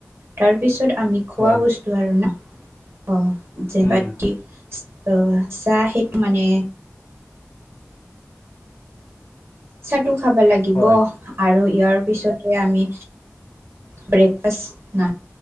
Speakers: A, on the right (about 60°); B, on the left (about 80°).
A: তাৰপিছত আমি খোৱা
B: হয়
A: বস্তু আৰু ন অ যেনেবাত
B: উম
A: কি চাহ সেইটো মানে চাতো খাব লাগিব
B: হয়
A: আৰু আৰু ইয়াৰ পিছতে আমি ব্ৰেকফাষ্ট নাই